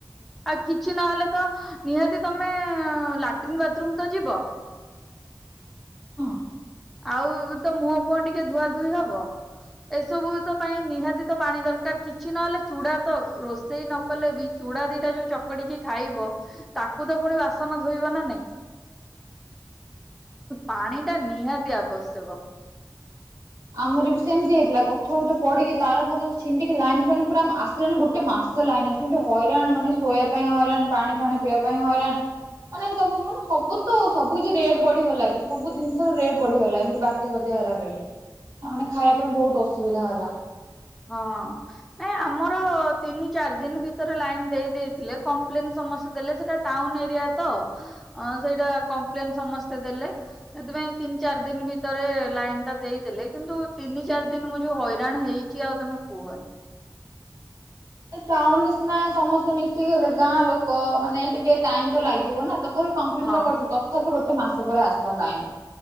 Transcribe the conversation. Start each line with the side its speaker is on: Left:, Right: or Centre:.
Centre: ଆଉ କିଛି ନହେଲେ ତ ନିହାତି ତମେ ଲାଟ୍ରିନ୍ ବାଥରୁମ୍ ତ ଯିବ।
Right: ହଁ।
Centre: ଆଉ ତ ମୁହଁ ଫୁହଁ ଟିକେ ଧୁଆ ଧୁଇ ହବ। ଏସବୁ ତ ପାଇଁ ନିହାତି ତ ପାଣି ଦରକାର କିଛି ନହେଲେ ଚୁଡା ତ ରୋଷେଇ ନ କଲେ ବି ଚୁଡା ଦିଟା ଯୋଉ ଚକଡିକି ଖାଇବ ତାକୁ ତ ପୁଣି ବାସନ ଧୋଇବ ନା ନାଇଁ। ପାଣିଟା ନିହାତି ଆବଶ୍ୟକ।
Right: ଆମର ବି ସେମତି ହେଇଥିଲା ଗଛ ବୁଛ ପଡିକି ତାର ଫାର ଛିଣ୍ଡିକି ଲାଇନ୍ ଫାଇନ୍ ପୁରା ମା ସିଲାନି ଗୋଟେ ମାସ ଲାଇନ ଆସିନି ଯୋଉ ହଇରାଣ ମାନେ ଶୋଇଆ ପାଇଁ ହଇରାଣ ପାଣି ଫାଣି ପିଇବା ପାଇଁ ହଇରାଣ। ମାନେ ସବୁ ମାନେ ସବୁ ତ ସବୁ କିଛି ରେଟ୍ ବଢିଗଲା ବି ସବୁ ଜିନ୍ ଷର ରେଟ୍ ବଢିଗଲା ଏମତି ବାତ୍ୟା ଫାତ୍ୟା ହେଲା ବେଲି ହଁ ମାନେ ଖାଇଆ ପାଇଁ ବୋହୁତ ଅସୁବିଧା ହେଲା।
Centre: ହଁ। ନାଇଁ ଆମର ତିନି ଚାରି ଦିନ ଭିତେରେ ଲାଇନ ଦେଇ ଦେଇଥିଲେ କମ୍ପ୍ଲେନ ସମସ୍ତେ ଦେଲେ ସେଟା ଟାଉନ୍ ଏରିଆ ତ ଅଁ ସେଇଟା କମ୍ପ୍ଲେନ୍ ସମସ୍ତେ ଦେଲେ। ସେଥିପାଇଁ ତିନ ଚାରି ଦିନ ଭିତରେ ଲାଇନଟା ଦେଇଦେଲେ କିନ୍ତୁ ତିନି ଚାରି ଦିନ ମୁଁ ଯୋଉ ହଇରାଣ ହେଇ ଚି ଆଉ ତମେ କୁହନି।
Right: ତ ଟାଉନରେ ସିନା ସମସ୍ତେ ମିଶି ଗଲେ ଗାଁ ଲୋକ ମାନେ ଟିକେ ଟାଇମ୍ ତ ଲାଗିବ ନା ତ ଥାପି କମ୍ପ୍ଲେନ
Centre: ହଁ
Right: <unintelligible> କରିଥିଲୁ ତଥାପି ଗୋଟେ ମାସ ପରେ ଆସିଲା ଲାଇନ୍।